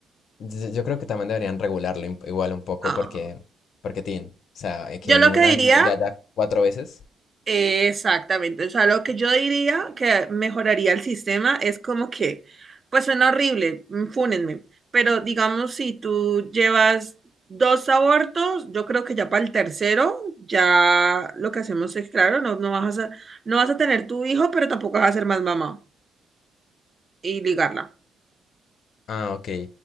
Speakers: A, on the left; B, on the right.
A: Yo yo creo que también deberían regularlo im- igual un poco
B: Ah.
A: porque, porque tin, o sea, eh, que
B: Yo
A: en
B: lo
A: un
B: que
A: año
B: diría
A: ya ya cuatro veces.
B: Exactamente, o sea, lo que yo diría que mejoraría el sistema es como que, pues suena horrible, mm, fúnenme, pero digamos si tú llevas dos abortos, yo creo que ya para el tercero, ya lo que hacemos es, claro, no, no vas a, no vas a tener tu hijo, pero tampoco vas a ser más mamá y ligarla.
A: Ah, ok.